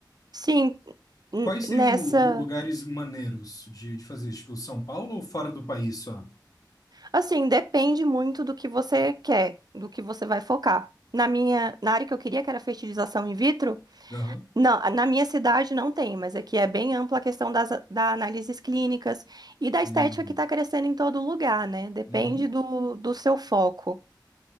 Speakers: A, on the right; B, on the left.
A: Sim, n-
B: Quais seriam
A: nessa.
B: lu- lu- lugares maneiros de, de fazer? Tipo, São Paulo ou fora do país só?
A: Assim, depende muito do que você quer, do que você vai focar. Na minha, na área que eu queria, que era fertilização in vitro.
B: Aham.
A: Não, na minha cidade não tem, mas aqui é bem ampla a questão das da análises clínicas e da
B: Uhum.
A: estética que está crescendo em todo lugar, né? Depende
B: Uhum.
A: do, do seu foco.